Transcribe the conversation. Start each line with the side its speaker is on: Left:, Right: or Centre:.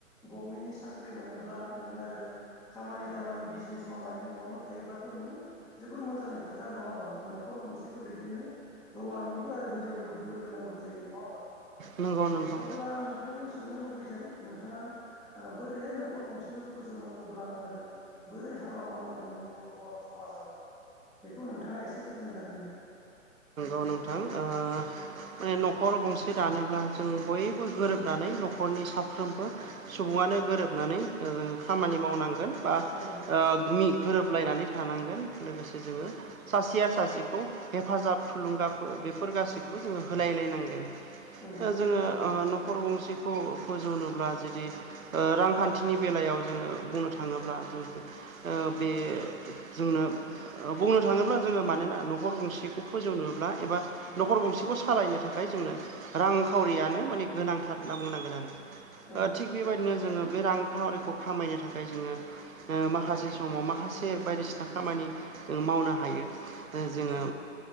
Centre: गभमेन्टनि साख्रि मोनोब्ला नों आरो खामानि दामानि बिजनेस मावनानै न'आवनो थायोब्लाथ' नोङो जोबोर मोजांनि खोथा नङा होमबा नख न'खर मोनसेखौ दैदेननो हौवानिबो आरो हिनजावनिबो बोलो नांगौ जायो नङा होमबा? अब्ला
Right: नंगौ नंगौ
Centre: आं नोंथांनियाव सोंनो लुबैदों नोंथाङा ओ बोरैहाय न'खर गंसेखौ फोजोवनांगौब्ला आरो बोरै हाबा मावनांगोन जों बर' समाजाव बेखौ नोंथाङा एसे फोरमायना होलाय
Right: अ नोंथां ओ न'खर गंसे दानोब्ला जों बयबो गोरोबनानै न'खरनि साफ्रोमबो सुबुङानो गोरोबनानै ओ खामानि मावनांगोन बा
Centre: औ।
Right: ओ मि गोरोबलायनानै थानांगोन लोगोसे जोङो सासेया सासेखौ हेफाजाब थुलुंगाफो बेफोर गासिखौबो जोङो होलायलायनांगोन
Centre: औ
Right: ओ जोङो न'खर गंसे खौ फोजौनोब्ला जुदि ओ रांखान्थिनि बेलायाव जोङो बुंनो थाङोब्ला जों ओ बे जोंनो ओ बुंनो थाङोब्ला जोङो मानोना न'खर गंसेखौ फोजौनोब्ला एबा न'खर गंसेखौ सालायनो थाखाय जोंनो रां खावरियानो माने गोनांथार होनना बुंनांगोन आरो
Centre: औ
Right: ओ थिग बेबायदिनो जोङो बे रां खावरिखौ खामायनो थाखाय जोङो ओ माखासे समाव माखासे बायदिसिना खामानि जों मावनो हायो। ओ जोङो